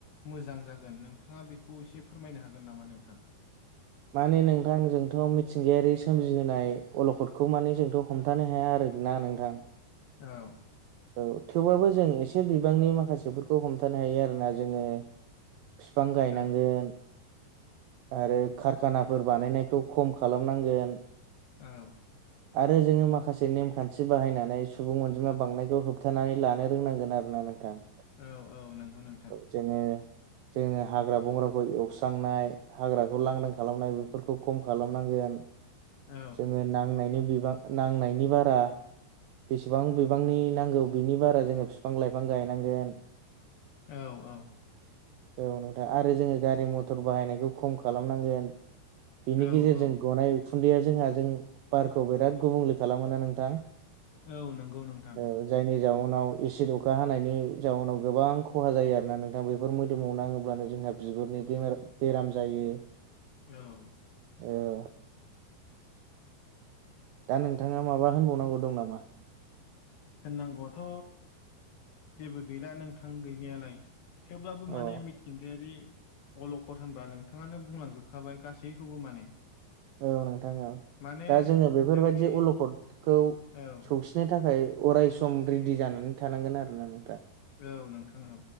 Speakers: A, on the left; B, on the right.
A: मोजां जागोन नोंथाङा बेखौ एसे फोरमायनो हागोन नामा नोंथां
B: माने नोंथां जोंथ' मिथिंगायारि सोमजिहोनाय अलखदखौ माने जोंथ' हमथानो हाया आरो ना नोंथां
A: औ
B: औ थेवबाबो जों एसे बिबांनि माखासेफोरखौ हमथानो हायो आरोना जोङो फिफां गायनांगोन
A: औ
B: आरो कारखानाफोर बानायनायखौ खम खालामनांगोन
A: औ
B: आरो जोङो माखासे नेमखान्थि बाहायनानै सुबुं अनजिमा बांनायखौ होबथानानै लानो रोंनांगोन आरोना नों नोंथां
A: औ औ नोंगौ नोंथां
B: जोङो जोङो हाग्रा बंग्राखौ एवस्रांनाय हाग्राखौ लांदां खालामनाय बेफोरखौ खम खालामनांगोन
A: औ
B: जोङो नांनायनि बिबां नांनायनि बारा बेसेबां बिबांनि नांगौ बिनि बारा जोङो बिफां लाइफां गायनांगोन
A: औ औ
B: औ नोंथां आरो जोङो गारि मथर बाहायनायखौ खम खालामनांगोन बिनि
A: औ
B: गेजेरजों
A: औ
B: गनाय उखुन्दैया जोंहा जों बारखौ बिराद गुबुंले खालामोना नोंथां
A: औ नोंगौ नोंथां
B: औ जायनि जाउनाव एसिड अखा हानायनि जाउनाव गोबां खहा जायो आरोना नोंथां बेफोर मोदोमाव नाङोब्लानो जोंहा बिगुरनि बेमार बेराम जायो
A: औ
B: औ दा नोंथाङा माबा होनबावनांगौ दं नामा?
A: होननांगौआथ' जेबो गैला नोंथां गैनायालाय थेवब्लाबो
B: औ
A: माने मिथि थिंगायारि अलकद होनबा नोंथाङानो बुंलांजोबखाबाय गासैखौबो माने
B: औ नोंथां औ
A: माने
B: दा जोङो बेफोरबायदि
A: जोंनि
B: अलखदखौ
A: औ
B: सौसि नो थाखाय अराय सम रेडि जानानै थानांगोन आरना नोंथां
A: औ नोंथां औ